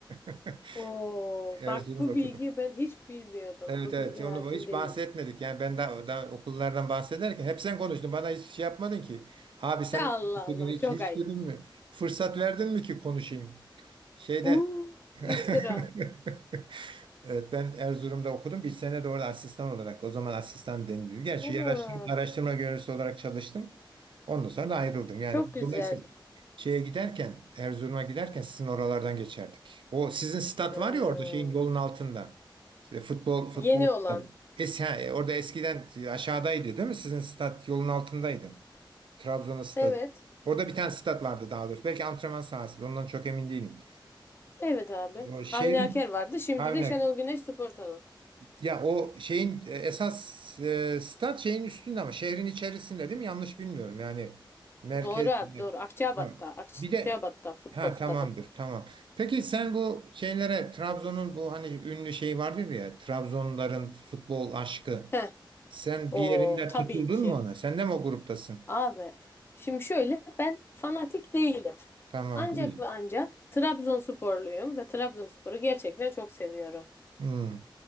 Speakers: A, on the right (about 75°); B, on the left (about 25°).
A: <laughs>
B: Oo
A: Erzurum'da
B: bak bu
A: okudum.
B: bilgiyi ben hiç bilmiyordum.
A: Evet
B: Bu
A: evet
B: bilgiye
A: onu
B: hakim
A: hiç
B: değildim.
A: bahsetmedik. Yani ben daha, daha okullardan bahsederken hep sen konuştun. Bana hiç şey yapmadın ki. Abi sen
B: <laughs> Allah
A: ne okudun
B: Allah
A: hiç
B: çok
A: hiç
B: ayıp.
A: dedin mi? Fırsat verdin mi ki konuşayım? Şeyde
B: Uuu
A: <laughs>
B: iftira.
A: Evet, ben Erzurum'da okudum. Bir sene de orada asistan olarak. O zaman asistan deniliyor. Gerçi
B: Anam.
A: yer araştırma, araştırma görevlisi olarak çalıştım. Ondan sonra da ayrıldım. Yani
B: Çok güzel.
A: dolayısıyla şeye giderken, Erzurum'a giderken sizin oralardan geçerdik. O sizin stat
B: Hmm.
A: var ya orada şeyin yolun altında. İşte futbol futbol
B: Yeni
A: stadı.
B: olan.
A: Es, ha, e, orada eskiden aşağıdaydı değil mi? Sizin stat yolun altındaydı. Trabzon'un stadı.
B: Evet.
A: Orada bir tane stat vardı daha doğrusu. Belki antrenman sahası. Ondan çok emin değilim.
B: Evet abi.
A: O şehrin
B: Avni Aker vardı. Şimdi
A: aynen
B: de Şenol Güneş Spor Salonu.
A: ya o şeyin e, esas e, stat şeyin üstünde ama şehrin içerisinde değil mi? Yanlış bilmiyorum. Yani merkez
B: Doğru abi doğru. Akçabat'ta.
A: Tamam.
B: Akçabat'ta
A: Bir de
B: futbol
A: ha
B: stadı.
A: tamamdır. Tamam. Peki sen bu şeylere Trabzon'un bu hani ünlü şey vardır ya Trabzonların futbol aşkı.
B: Heh.
A: Sen
B: O
A: bir yerinde
B: tabii
A: tutuldun
B: ki.
A: mu ona? Sen de mi o gruptasın?
B: Abi. Şimdi şöyle ben fanatik değilim.
A: Tamam.
B: Ancak
A: İyi.
B: ve ancak Trabzonsporluyum ve Trabzonspor'u gerçekten çok seviyorum.
A: Hmm.